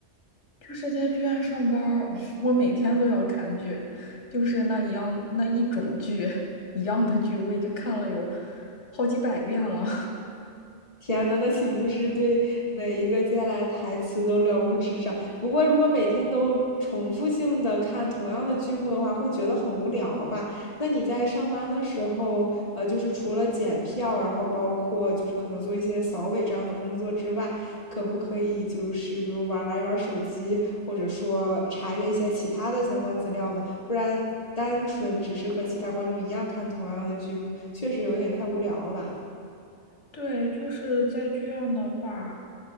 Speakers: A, on the left (about 80°); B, on the left (about 35°).
A: 就是在剧院上班儿 <laughs> 我每天都要看剧，就是那一样那一种剧，一样的剧，我已经看了有好几百遍了。
B: 天呐，那岂不是对每一个接下来的台词都了如指掌？不过，如果每天都重复性的看同样的剧目的话，会觉得很无聊吧？那你在上班的时候，呃，就是除了检票，然后包括就是可能做一些扫尾这样的工作之外，可不可以就是比如玩一玩手机，或者说查阅一些其他的相关资料呢？不然单纯只是和其他观众一样看同样的剧目，确实有点太无聊了吧？
A: 对，就是在剧院的话，